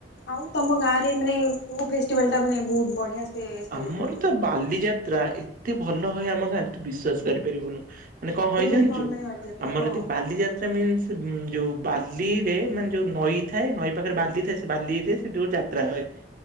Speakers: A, on the left (about 65°); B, on the right (about 50°).
A: ଆଉ ତମ ଗାଁରେ ମାନେ କୋଉ ଫେଷ୍ଟିଭାଲଟା ମାନେ ବହୁତ ବଢିଆ ସେ ସେଲିବ୍ରେଟ
B: ଆମର
A: ହୁଏ?
B: ତ ବାଲିଯାତ୍ରା ଏତେ ଭଲ୍ ତ ହଏ ଆମ ସାର ତୁ ବିଶ୍ୱାସ କରିପାରିବୁନୁ। ମାନେ କଣ ହଏ
A: କେମିତି
B: ଜାଣିଚୁ
A: କଣ ମାନେ ବାଲିଯାତ୍ରା
B: ଆମର
A: ହଁ
B: ଦେଖ ବାଲିଯାତ୍ରା ମିନ୍ସ ଉଁ ଯୋଉ ବାଲିରେ ମାନେ ଯୋଉ ନଈ ଥାଏ ନଈ ପାଖରେ ବାଲି ଥାଏ ସେ ବାଲିରେ ସେଠି ଗୋଟେ ଯାତ୍ରା ହଏ।